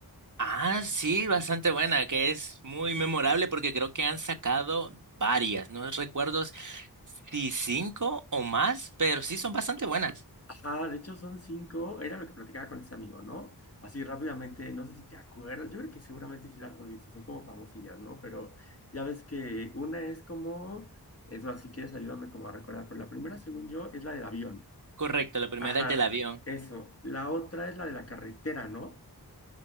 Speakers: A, on the right (about 50°); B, on the left (about 40°).
A: Ah, sí, bastante buena, que es muy memorable porque creo que han sacado varias, no recuerdo si cinco o más, pero sí son bastante buenas.
B: Ah, de hecho son cinco, era lo que platicaba con ese amigo, ¿no? Así rápidamente, no sé si te acuerdas, yo creo que seguramente sí las has visto, son como famosillas, ¿no? Pero ya ves que una es como, es más, si quieres ayúdame como a recordar, pero la primera, según yo, es la del avión.
A: Correcto, la primera
B: Ajá,
A: es del avión.
B: eso. La otra es la de la carretera, ¿no?